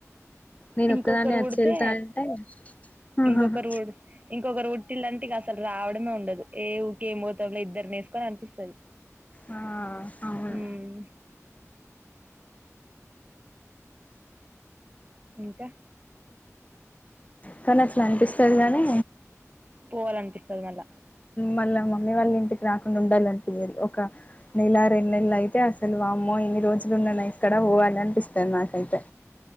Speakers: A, on the left (about 25°); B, on the right (about 25°).
A: నేను
B: ఇంకొకరు
A: ఒక్కదాన్ని అచ్చి
B: పుడితే
A: ఏళ్తా అంటే ఆహాహా
B: ఇంకొకరు పుడు ఇంకొకరు పుట్టిల్లఅంటే ఇగ అసలు రావడమే ఉండదు ఏ ఊకేమి పోతావులే ఇద్దరునేసుకొని అనిపిస్తది
A: ఆ అవును
B: ఉమ్ ఇంకా
A: కానీ అట్ల అనిపిస్తది గాని
B: పోవాలీ అనిపిస్తది మల్ల
A: మళ్ళా మమ్మీ వాళ్ళిఇంటికి రాకుండా ఉండాలనిపియది ఒక నెల రెండు నెల్లు అయితే అయితే అసలు వామ్మో ఇన్ని రోజులు ఉన్ననా ఇక్కడ పోవాలీ అనిపిస్తది నాకైతే